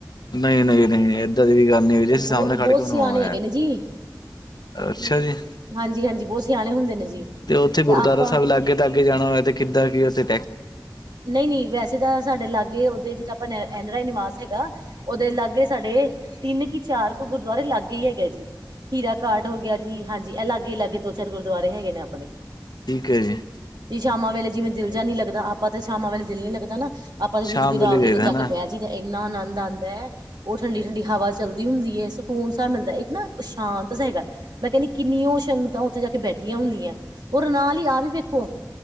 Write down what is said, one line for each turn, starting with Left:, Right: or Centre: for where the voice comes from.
Left: ਨਹੀਂ-ਨਹੀਂ ਇਦਾ ਦੀ ਕੋਈ ਗੱਲ ਨੀ ਜੀ,
Right: ਉਹ
Left: ਅਸੀਂ
Right: ਬਹੁ
Left: ਸਾਹਮਣੇ ਖੜ
Right: ਬਹੁਤ
Left: ਕੇ ਬਣਵਾਵਾਂਗੇ
Right: ਸਿਆਣੇ ਹੈਗੇ
Left: ਹੈ।
Right: ਨੇ ਜੀ
Left: ਅੱਛਾ ਜੀ,
Right: ਹਾਂਜੀ ਹਾਂਜੀ ਬਹੁਤ ਸਿਆਣੇ ਹੁੰਦੇ ਨੇ ਜੀ
Left: ਤੇ ਉੱਥੇ ਗੁਰਦੁਆਰਾ
Right: ਆਪਾਂ
Left: ਸਾਹਿਬ ਲਾਗੇ ਤੱਕ ਅੱਗੇ ਜਾਣਾ ਹੋਇਆ ਤੇ ਕਿੱਦਾਂ ਕੀ ਉਥੇ?
Right: ਨਹੀਂ-ਨਹੀਂ ਵੈਸੇ ਤਾਂ ਸਾਡੇ ਲਾਗੇ ਓਦੇ ਜਿੱਦਾਂ ਆਪਾਂ ਐਨਰਾਏ ਨਿਵਾਸ ਹੈਗਾ। ਉਹਦੇ ਲਾਗੇ ਸਾਡੇ, ਤਿੰਨ ਕੁ ਚਾਰ ਗੁਰਦੁਆਰੇ ਲਾਗੇ ਹੀ ਹੈਗੇ ਜੀ। ਹੀਰਾ ਘਾਟ ਹੋ ਗਿਆ ਜੀ, ਹਾਂਜੀ, ਲਾਗੇ-ਲਾਗੇ ਦੋ ਚਾਰ ਗੁਰਦੁਆਰੇ ਹੈਗੇ ਨੇ ਆਪਣੇ।
Left: ਠੀਕ ਹੈ ਜੀ
Right: ਜੀ ਸ਼ਾਮੇ ਵੇਲੇ ਜਿਵੇਂ ਦਿਲ ਜਾਹਾ ਨੀ ਲਗਦਾ, ਅਪ ਆਪਾਂ ਤੇ ਸ਼ਾਮਾਂ ਵੇਲੇ ਦਿਲ ਨੀ ਲੱਗਦਾ ਨਾ, ਆਪਾਂ
Left: ਸ਼ਾਮ
Right: ਗੋਦਾਵਰੀ
Left: ਵੇਲੇ ਜਾਈਦਾ
Right: ਕੋਲ ਜਾ
Left: ਹਨਾ
Right: ਕੇ ਬਹਿ ਜਾਏਦਾ, ਇੰਨਾ ਆਨੰਦ ਆਦਾ। ਉਹ ਠੰਡੀ-ਠੰਡੀ ਹਵਾ ਚੱਲਦੀ ਹੁੰਦੀ ਏ, ਸਕੂਨ ਸਾ ਮਿਲਦਾ, ਇੱਕ ਨਾ ਸ਼ਾਂਤ ਹੈਗਾ। ਮੈਂ ਕਹਿੰਦੀ ਕਿੰਨੀਆਂ ਉਹ ਛੰਗਤਾਂ ਉੱਥੇ ਜਾ ਕੇ ਬੈਠੀਆਂ ਹੁੰਦੀਆਂ, ਉਹ ਨਾਲ ਹੀ ਆਹ ਵੀ ਵੇਖੋ।